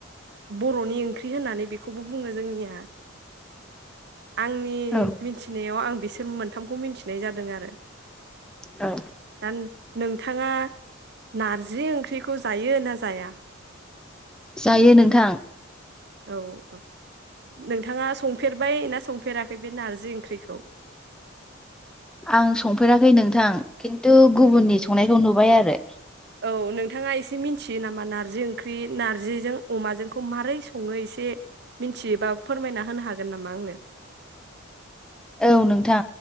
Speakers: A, on the right; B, in the centre.
A: बरनि ओंख्रि होननानै बेखौबो बुङो जोंनिया आंनि
B: औ
A: मिथिनायाव आं बिसोर मोनथामखौ मिनथिनाय जादों आरो
B: औ
A: दा नोंथाङा नारज जि ओंख्रिखौ जायो ना जाया?
B: जायो नोंथां
A: औ औ नोंथाङा संफेरबाय ना संफेराखै बे नारजि ओंख्रिखौ?
B: आं संफेराखै नोंथां खिन्थु गुबुननि
A: औ
B: संनायखौ नुबाय आरो
A: औ नोंथाङा एसे मिथियो नामा नार्जि ओंख्रि नार्जिजों अमाजोंखौ माबोरै सङो एसे मिथियोबा फोरमायना होनो हागोन नामा आंनो
B: औ नोंथां